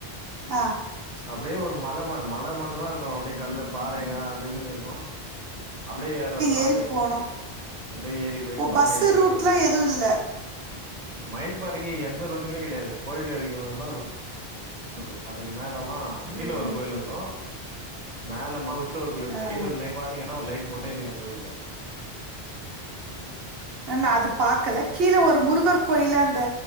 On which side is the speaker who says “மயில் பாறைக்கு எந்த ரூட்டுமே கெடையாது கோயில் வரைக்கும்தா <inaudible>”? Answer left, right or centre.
Right